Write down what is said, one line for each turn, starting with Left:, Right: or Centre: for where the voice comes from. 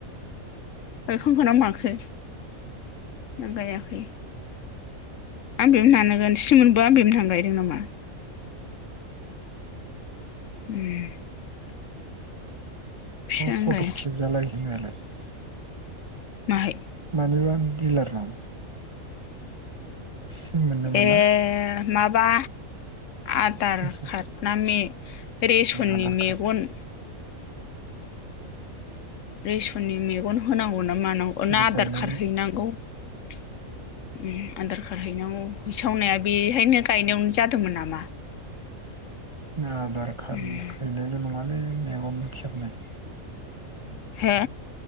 Left: गायखांखोना माखो, ना गायाखै? आमबेमोनानोगोन सिमोनबो आमबेमोनहानो गायदों नामा? उम। फिसा
Right: फट'क
Left: गाय
Right: खेबजालाय होनालाय। <inaudible>
Left: माहै?
Right: मानिबा दिलारनाव। सिम मोननो मोना
Left: ए मा बा। आधार
Right: मोनसे
Left: काड ना मे रेसननि
Right: आधार
Left: मेगन।
Right: कार्ड
Left: रेसननि मेगन होनांगौ ना मानां
Right: ओरै
Left: ना आधार
Right: गायनानै
Left: कार हैनांगौ। उम आधार खार हैनांगै हैसावनाया बेहायनो गायनायावनो जादोंमोन नामा?
Right: आधार काडनि
Left: उम
Right: हैनायल' नङा। बै मेगनबो खेबनाय।
Left: हे।